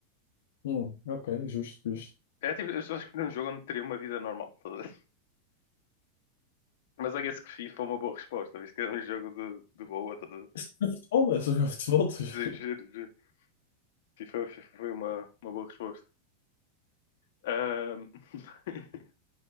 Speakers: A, on the left; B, on the left.
A: Hum, ok, justo, justo.
B: É tipo, eu acho que num jogo onde teria uma vida normal. tá a ver? Mas I guess que FIFA é uma boa resposta, visto que é um jogo de, de boa. Tá a ver?
A: Isso não é futebol, isso não é futebol. tu.
B: Giro,
A: <laughs>
B: giro, FIFA, FIFA foi uma, uma boa resposta. Ahm, <laughs>